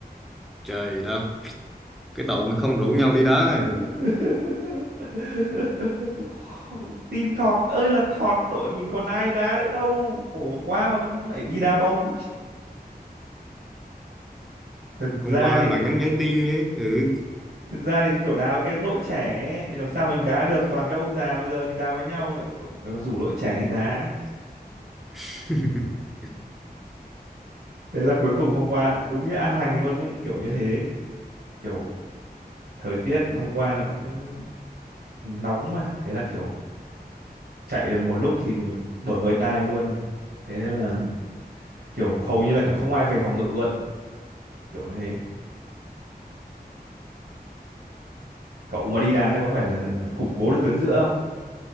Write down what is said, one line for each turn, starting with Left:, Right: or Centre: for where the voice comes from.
Centre: Trời gì đâu. Cái tội mà không rủ nhau đi đá này.
Right: <laughs> Team thọt ơi là thọt, đội mình còn ai đá nữa đâu. Khổ quá mà vẫn phải đi đá bóng. Thực ra
Centre: Hôm qua
Right: thì
Centre: bạn nhắn nhắn tin nhé. Ừ.
Right: thực ra thì kiểu đá với cái đội trẻ ấy, thì làm sao mình đá được toàn các ông già bây giờ đi đá với nhau lại còn- lại còn rủ đội trẻ đi đá.
Centre: <laughs>
Right: thế là cuối cùng hôm qua đúng nghĩa ăn hành luôn ấy kiểu như thế kiểu thời tiết hôm qua nó cũng nóng mà thế là kiểu chạy được một lúc thì bở hơi tai luôn thế nên là kiểu hầu như là kiểu không ai về phòng ngự luôn kiểu như thế cậu mà đi đá đấy có phải là củng cố được tuyến giữa không